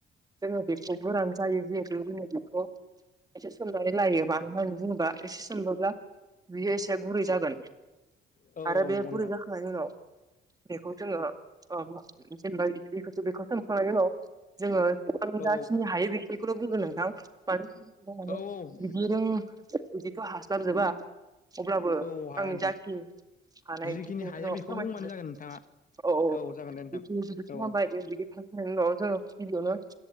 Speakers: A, on the right; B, on the left.
A: जोङो बेखौ गोरान जायो जिहेथु जोङो बेखौ एसे सोमनानै लायो मानो होननानै बुङोबा एसे सोमोब्ला बियो एसे गुरै जागोन
B: औ
A: आरो
B: औ
A: बे
B: नंगौ
A: गुरै
B: नोंथां
A: जाखांनायनि उनाव बेखौ जोङो ओ जेनेबा <unintelligible> बेखौ सोमखांनायनि उनाव जोङो
B: औ
A: जाखिनि हायो बेखिनिखौल' बुंगोन नोंथां मानो
B: औ
A: <inaudible>
B: औ
A: बिदि <unintelligible> बिदिथ' हास्लाबजोबा अब्लाबो
B: औ हाया
A: आंनि
B: नोंथां
A: जाखिनि हानाय
B: जिखिनि
A: <unintelligible>
B: हायो बेखौ बुंबानो
A: औ-औ <unintelligible>
B: जागोन नोंथाङा औ जागोन दे नोंथां
A: <unintelligible>
B: औ
A: नायनि उनाव जोङो गिबियावनो